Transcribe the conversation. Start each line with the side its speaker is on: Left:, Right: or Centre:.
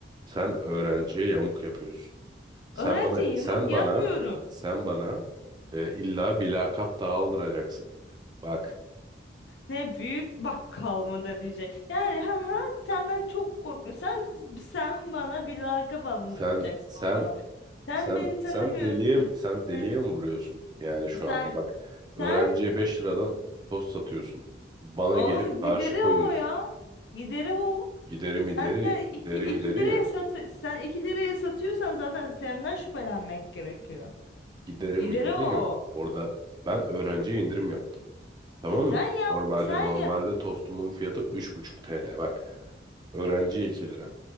Right: Sen öğrenciye yamuk yapıyorsun. Sen
Left: Öğrenci
Right: bana,
Left: yamuk
Right: sen
Left: yapmıyorum.
Right: bana, sen bana e, illa bir lakap daha aldıracaksın. Bak
Left: Ne büyük bakkal mı da diyecek. Yani ha, ha, senden çok korkmuyorum. Sen, sen bana bir lakap anlatacaksın
Right: sen, sen
Left: o zaman. Sen
Right: Sen
Left: beni tanımıyorsun.
Right: sen deliye sen deliye
Left: Ben-
Right: mi vuruyorsun? Yani şu
Left: Sen
Right: anda bak öğrenciye
Left: Sen
Right: 5 liradan tost satıyorsun. Bana
Left: oğlum
Right: gelip karşı
Left: gideri
Right: koyuyorsun.
Left: o ya. Gideri o.
Right: Giderim
Left: Sen
Right: ideri,
Left: de iki
Right: giderim
Left: iki
Right: ideri
Left: liraya
Right: yok.
Left: sat sen 2 liraya satıyorsan zaten senden şüphelenmek gerekiyor.
Right: Giderim
Left: Gideri
Right: ideri
Left: o.
Right: yok. Orada ben öğrenciye indirim yaptım. Tamam mı?
Left: Sen yap
Right: Normalde
Left: sen
Right: normalde
Left: ya
Right: tostumun fiyatı 3,5 TL bak. Öğrenciye 2 lira.